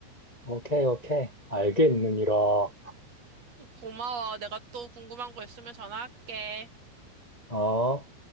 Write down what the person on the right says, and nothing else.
고마워. 내가 또 궁금한 거 있으면 전화할게.